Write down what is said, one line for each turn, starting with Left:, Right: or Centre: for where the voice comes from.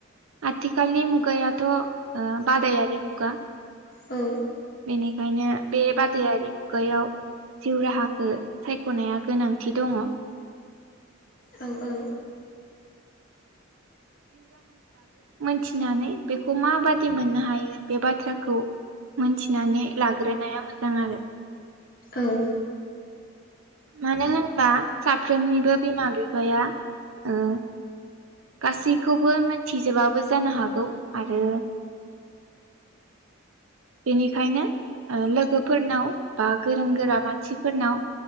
Right: आथिखालनि मुगायाथ' ओ बादायारि मुगा।
Left: औ।
Right: बेनिखायनो बे बादायारि मुगायाव जिउ राहाखौ सायखनाया गोनांथि दङ
Left: औ औ।
Right: मिथिनानै बेखौ माबादि मोननो हायो बे बाथ्राखौ। मोनथिनानै लाग्रोनाया मोजां आरो।
Left: औ।
Right: मानो होनबा साफ्रोमनिबो बिमा बिफाया ओ। गासैखौबो मोनथिजोबाबो जानो हागौ आरो। बेनिखायनो लोगोफोरनाव ओ बा गोरों गोरा मानसिफोरनाव।